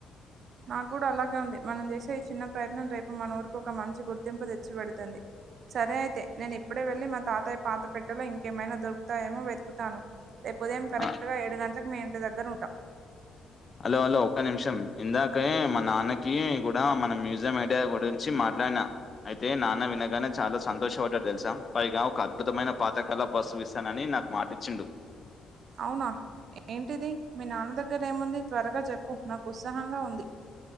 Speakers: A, on the right; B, on the left.
A: నాకు కూడా అలాగే ఉంది మనం చేసే ఈ చిన్న ప్రయత్నం రేపు మన ఊరుకో క మంచి గుర్తింపు తెచ్చిపెడుతంది సరే అయితే నేను ఇప్పుడే వెళ్ళి మా తాతయ్య పాత పెట్టలో ఇంకేమైనా దొరుకుతాయేమో వెతుకుతాను రేపు ఉదయం కరెక్ట్
B: ఆ,
A: గా ఏడు గంట్లకు మీ ఇంటి దగ్గర ఉంటా
B: హలో అలో ఒక్క నిమిషం ఇందాకే మా నాన్నకి కూడా మన మ్యూజియం ఐడియా గురించి మా ట్లానా అయితే నాన్న వినగానే చాలా సంతోషపడ్డాడు తెలుసా పైగా ఒక అద్భుతమైన పాతకళప్ వస్ చూపిస్తానని నాకు మాటిచ్చిండు
A: అవునా ఏంటిది మీ నాన్న దగ్గర ఏముంది త్వరగా చెప్పు నాకు ఉత్సాహంగా ఉంది